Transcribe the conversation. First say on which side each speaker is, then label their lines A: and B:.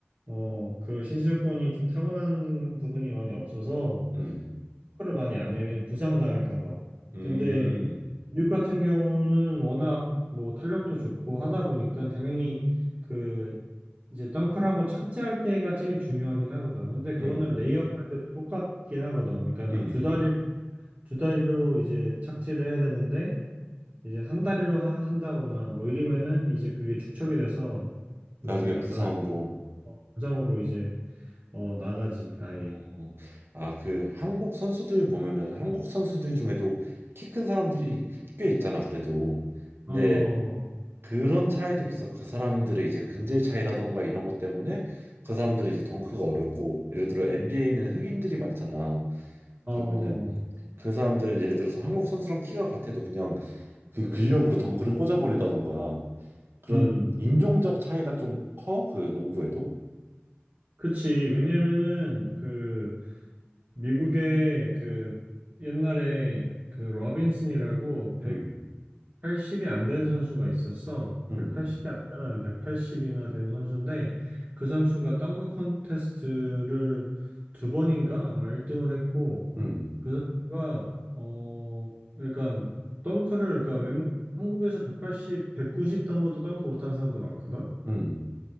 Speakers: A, on the right; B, on the right.
A: 어 그 신체 조건이 좀 타고난 부분이 많이 없어서
B: 응.
A: 덩크를 많이 안 해. 왜냐면 부상 당할까 봐.
B: 음,
A: 근데 뉴욕 같은 경우는 워낙 뭐 탄력도 좋고 하다 보니까 당연히 그 이제 덩크하고 착지할 때가 제일 중요하긴 하거든. 근데 그거는
B: 음,
A: 레이업 할 때도 똑같긴 하거든. 그러니까
B: 음.
A: 두 다리 두 다리로 이제 착지를 해야 되는데 이제 한 다리로 하- 한다거나 뭐 이러면은 이제 그게 축척이 돼서 뭐냐
B: 나중에 부상으로.
A: 나중에 뭐 부상으로 이제 어 나가지 아예.
B: 어. 아, 그 한국 선수들 보면은 한국 선수들 중에도 키 큰 사람들이 꽤 있잖아, 그래도. 근데
A: 어,
B: 그런 차이도 있어. 그 사람들의 이제 근질 차이라던가 이런 것 때문에 그 사람들이 이제 덩크가 어렵고, 예를 들어 NBA는 흑인들이 많잖아.
A: 어,
B: 그러면은 그 사람들은 예를 들어서 한국 선수랑 키가 같아도 그냥 그 근력으로 덩크를 꽂아버리다던가 그런
A: 음,
B: 인종적 차이가 좀 커? 그 농구에도?
A: 그치. 왜냐면은, 그, 미국에 그 옛날에 그 로빈슨이라고
B: 음.
A: 180이 안된 선수가 있었어.
B: 음,
A: 180이 안 되는 180이나 된 선수인데 그 선수가 덩크 콘테스트를 두 번인가 아마 1등을 했고
B: 음,
A: 그 선수가 어 그러니까 덩크를 그러니까 웬- 한국에서 180, 190 넘어도 덩크 못하는 사람도 많거든.
B: 음.